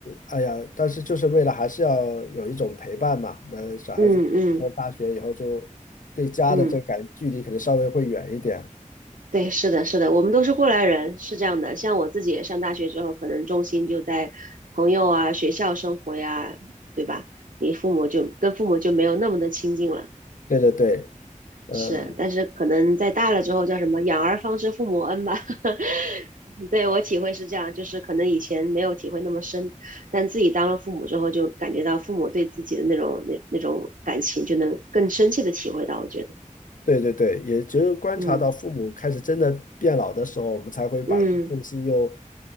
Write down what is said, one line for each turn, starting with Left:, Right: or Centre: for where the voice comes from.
Left: 哎呀，但是就是为了还是要有一种陪伴嘛。那小孩子上大学以后就对家的这感距离可能稍微会远一点。
Right: 嗯嗯嗯，对，是的，是的，我们都是过来人，是这样的。像我自己也上大学之后，可能重心就在朋友啊、学校生活呀，对吧？你父母就跟父母就没有那么的亲近了。
Left: 对对对，嗯，
Right: 是，但是可能在大了之后叫什么“养儿方知父母恩”吧。<laughs> 对我体会是这样，就是可能以前没有体会那么深，但自己当了父母之后，就感觉到父母对自己的那种那那种感情，就能更深切的体会到。我觉得，
Left: 对对对，也只有观察到父母开始真的变老的时候，
Right: 嗯
Left: 我们才会把一些重心又
Right: 嗯，